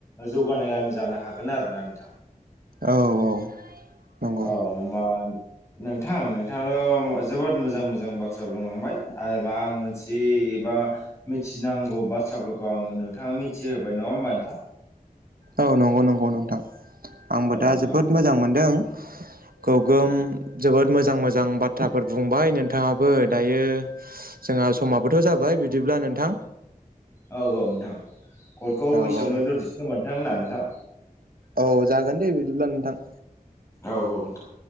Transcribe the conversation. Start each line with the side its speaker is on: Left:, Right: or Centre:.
Left: जौगानाय गामि जानो हागोन आरो ना नोंथां।
Right: औ। नंगौ
Left: औ मा नोंथां नोंथाङाथ' जोबोद मोजां मोजां बाथ्रा बुंलांबाय आरोबा आं मोनसे दि एबा मिथिनांगौ बाथ्राफोरखौ आनो नोंथाङा मिथिहोबाय नङा होमबा नोंथां।
Right: औ नंगौ नंगौ नोंथां आंबो
Left: औ
Right: दा
Left: नोंथां
Right: जोबोद मोजां मोनदों। गोगोम जोबोद मोजां मोजां बाथ्राफोर बुंबाय नोंथाङाबो दायो जोंहा समाबोथ' जाबाय बिदिब्ला नोंथां।
Left: औ औ नोंथां कलखौ
Right: औ
Left: एसेयावनो
Right: औ
Left: दोनथनिसै खोमा नोंथां ना नोंथां?
Right: औ जागोन दे बिदिब्ला नोंथां।
Left: औ औ नोंथां।